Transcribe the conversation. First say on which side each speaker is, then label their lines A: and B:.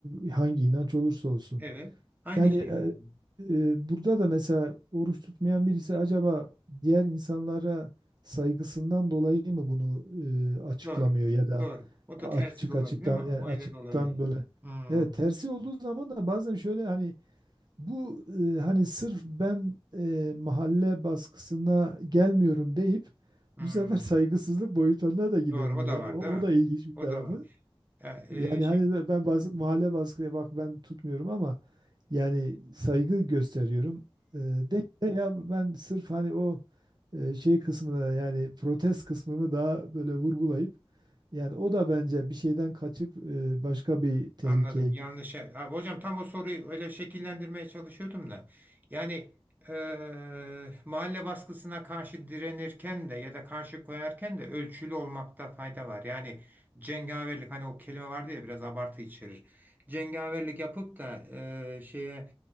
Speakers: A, on the right; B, on the right.
A: e, hangi inanç olursa olsun
B: Evet. Aynı
A: yani
B: şey
A: e,
B: yani.
A: e, burada da mesela oruç tutmayan birisi acaba diğer insanlara saygısından dolayı mı bunu e, açıklamıyor
B: Doğru.
A: ya da
B: Doğru. O
A: açık
B: da tersi de olabilir
A: açıktan
B: mi? O
A: yani açıktan
B: öyle de olabilir.
A: böyle
B: Hmm.
A: evet tersi olduğu zaman da bazen şöyle hani bu e, hani sırf ben e, mahalle baskısına gelmiyorum deyip
B: Hmm.
A: bu sefer <laughs> saygısızlık boyutlarına da gidebiliyor.
B: Doğru. O da
A: Yani
B: var
A: o,
B: değil mi?
A: o da ilginç bir tarafı.
B: O da var. Ya, e,
A: Yani
B: şimdi,
A: hani de ben baskı, mahalle baskıya bak ben tutmuyorum ama yani saygı gösteriyorum. E, de, de ya ben sırf hani o e, şey kısmına yani protest kısmımı daha böyle vurgulayıp yani o da bence bir şeyden kaçıp e, başka bir tehlikeye
B: Anladım.
A: gidiyor.
B: Yanlış. Abi, hocam tam o soruyu öyle şekillendirmeye çalışıyordum da. Yani eee, mahalle baskısına karşı direnirken de ya da karşı koyarken de ölçülü olmakta fayda var. Yani cengaverlik hani o kelime vardı ya biraz abartı içerir. Cengaverlik yapıp da eee, şeye